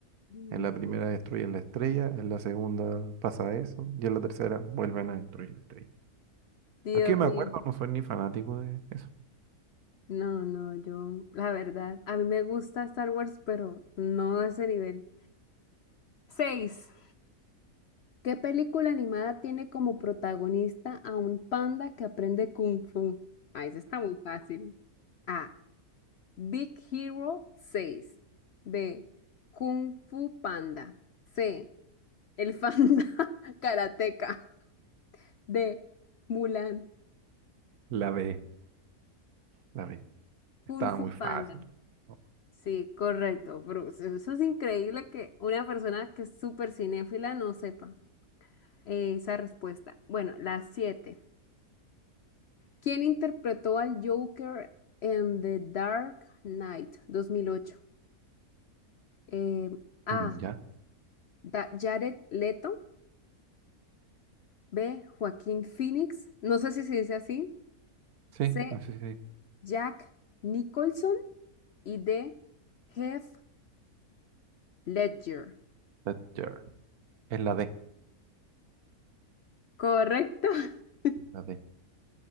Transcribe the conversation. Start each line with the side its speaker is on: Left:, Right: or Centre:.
Left: Mm.
Right: En la primera destruyen la estrella, en la segunda pasa eso, y en la tercera vuelven a destruir la estrella.
Left: Dios
Right: Aquí me
Left: mío.
Right: acuerdo, no soy ni fanático de eso.
Left: No, no, yo, la verdad, a mí me gusta Star Wars, pero no a ese nivel. Seis. ¿Qué película animada tiene como protagonista a un panda que aprende kung fu? Ah, esa está muy fácil. A. Big Hero seis. B. Kung Fu Panda. C. El Fanda <laughs> Karateka. D. Mulan.
Right: La B, la B. Estaba
Left: Kung Fu
Right: muy fácil.
Left: Panda.
Right: Oh,
Left: Sí, correcto. Bruce. eso es increíble que una persona que es súper cinéfila no sepa eh, esa respuesta. Bueno, las siete. ¿Quién interpretó al Joker en The Dark Knight 2008? Eh, A.
Right: Mm, ¿Ya?
Left: Da- Jared Leto. B. Joaquín Phoenix. No sé si se dice así.
Right: Sí,
Left: C.
Right: así sí.
Left: Jack Nicholson. Y D. Heath Ledger.
Right: Thatcher. Es la D.
Left: Correcto. <laughs>
Right: Espérate,